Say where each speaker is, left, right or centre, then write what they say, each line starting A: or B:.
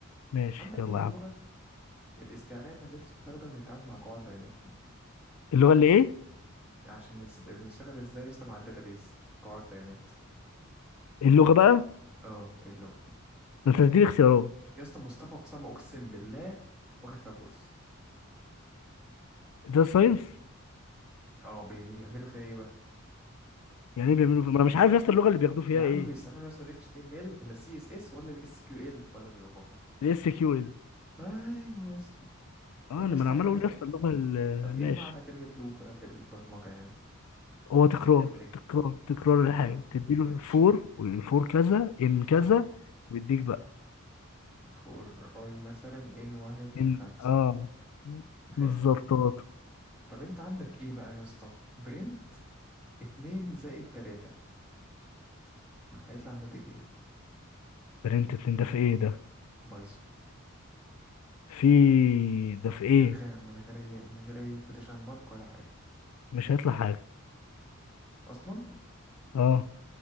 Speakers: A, on the left; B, in the centre.
A: ماشي
B: عندك
A: يلا
B: ايه هي
A: يا
B: اللغه
A: عم
B: الاستعلام التي تستخدم للتعامل مع قواعد بيانات
A: اللغه اللي ايه
B: يعني عشان نس... بنشتغل ازاي يا اسطى مع الداتابيز قواعد بيانات
A: اللغه بقى
B: اه إيه اللغة
A: ده انت تديني اختيارات
B: يا اسطى مصطفى أسامة أقسم بالله واخد فيها كورس
A: ده ساينس
B: اه بيعملوا فيها ايه بقى
A: يعني ايه بيعملوا في... ما انا مش عارف يا اسطى اللغه اللي بياخدوه فيها
B: يا عم
A: ايه
B: بيستعملوا يا اسطى ال HTML ولا CSS ولا ال SQL ولا الجافا
A: الاس كيو ال
B: ايوه يا اسطى
A: اه
B: طب
A: انا
B: يا اسطى
A: ما انا عمال
B: يا-
A: اقول يا اسطى اللغه ال-
B: طب ايه
A: ماشي
B: معنى كلمة لوب بقى في البرمجة يعني
A: هو تكرار
B: تعمل ايه
A: تكرار تكرار
B: تكرار
A: الحاجه
B: الكود.
A: تديله
B: ماشي
A: فور والفور كذا ان كذا
B: اه
A: ويديك بقى
B: فور اي مثلا ان واحد لخمسة
A: ان اه
B: حلو
A: بالظبط اه
B: طب انت عندك ايه بقى يا اسطى برين اتنين زائد تلاتة هيطلع الناتج ايه
A: برنت اتنين ده في ايه ده
B: بايظة
A: في ده في ايه
B: من غير من غير اي من غير اي كوتيشن مارك ولا حاجة
A: مش هيطلع حاجه
B: اصلا
A: اه